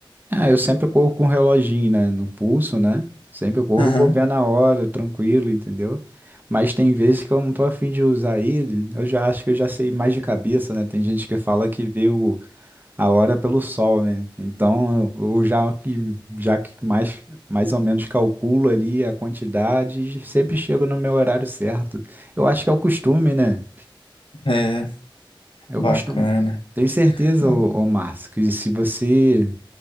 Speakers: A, on the right; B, on the left.
A: Ah, eu sempre corro com um reloginho, né, no pulso, né? Sempre eu corro,
B: Aham,
A: vou ver na hora, tranquilo, entendeu? Mas tem vezes que eu não tô afim de usar ele, eu já acho que eu já sei mais de cabeça, né? Tem gente que fala que vê o a hora é pelo sol, né? Então, eu eu já que já que mais mais ou menos calculo ali a quantidade, e sempre chego no meu horário certo. Eu acho que é o costume, né?
B: é,
A: É
B: bacana.
A: o costume. Tenho certeza,
B: Ba-
A: ô, ô Márcio, que se você